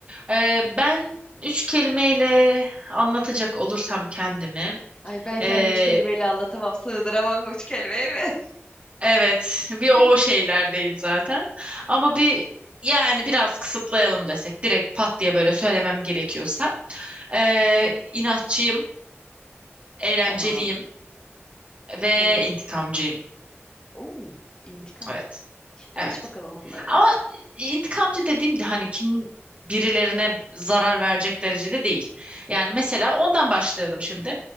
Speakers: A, on the right; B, on the left.
A: Ee, ben üç kelimeyle anlatacak olursam kendimi.
B: Ay ben
A: ee,
B: kendimi üç kelimeyle anlatamam, sığdıramam üç kelimeye mi?
A: evet, bir o
B: <laughs>
A: şeylerdeyim zaten. Ama bir yani biraz kısıtlayalım desek, direkt pat diye böyle söylemem gerekiyorsa. Ee, inatçıyım, eğlenceliyim
B: Tamam,
A: ve
B: tamam.
A: intikamcıyım.
B: Oo, intikam.
A: Evet,
B: Şimdi
A: evet.
B: aç bakalım bunları.
A: Ama e, intikamcı dediğim de hani kim birilerine zarar verecek derecede değil. Yani mesela ondan başlayalım şimdi.